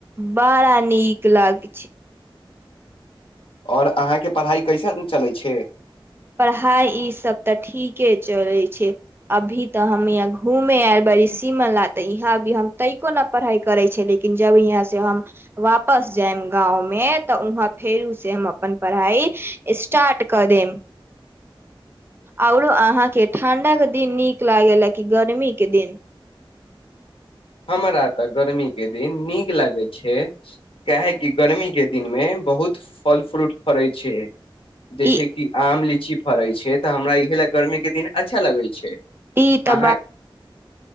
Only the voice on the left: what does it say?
आओर अहाँके पढ़ाइ कैसन चलै छै
हमरा आ त गर्मी के दिन नीक लागै छै काहेकि गर्मी के दिन मे बहुत फल फ्रूट फड़ै छै जैसे
कि आम लीची फड़ै छै तऽ हमरा इहे लए गर्मीके दिन अच्छा लगै छै
अहाँ